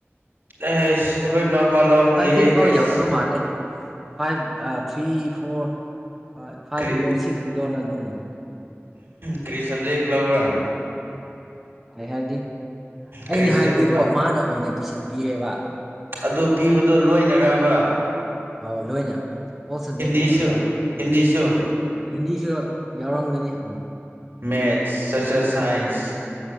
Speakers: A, on the right (about 55°); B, in the centre.
A: ꯑꯦ ꯑꯩꯈꯣꯏ ꯏꯅꯥꯎꯄ ꯂꯧꯍꯟꯒꯦ
B: ꯐꯥꯏꯚ ꯁꯤꯛꯁ ꯐꯥꯎ
A: ꯀꯩꯁ
B: ꯌꯧꯗꯕ ꯃꯥꯜꯂꯦ ꯐꯥꯏꯚ ꯑ ꯊ꯭ꯔꯤ ꯐꯣꯔ ꯐꯥꯏꯚ
A: ꯀꯔꯤ
B: ꯕꯤꯂꯣ ꯁꯤꯛꯁ ꯕꯤꯂꯣꯔ ꯑꯗꯨ ꯂꯧꯕꯅꯦ
A: ꯀꯔꯤ ꯁꯕꯖꯦꯛ ꯂꯧꯕꯔꯥ
B: ꯀ ꯍꯥꯏꯕꯗꯤ ꯑꯩꯅ
A: ꯀꯔꯤ ꯁꯕꯖꯦꯛ
B: ꯍꯥꯏꯕꯗꯤꯀꯣ ꯃꯥꯅ ꯑꯣꯏꯅ ꯇꯨꯏꯁꯟ ꯄꯤꯌꯦꯕ
A: ꯑꯗꯨ ꯄꯤꯕꯗꯣ ꯂꯣꯏꯅꯔꯕ
B: ꯑꯧ ꯂꯣꯏꯅ ꯑꯣꯜ ꯁꯕꯖꯦꯛꯅꯦꯕ
A: ꯍꯤꯟꯗꯤꯁꯨ ꯍꯤꯟꯗꯤꯁꯨ
B: ꯍꯤꯟꯗꯤꯁꯨ ꯌꯥꯎꯔꯝꯒꯅꯤ ꯎꯝ
A: ꯃꯦꯠꯁ ꯁꯣꯁꯦꯜ ꯁꯥꯏꯟꯁ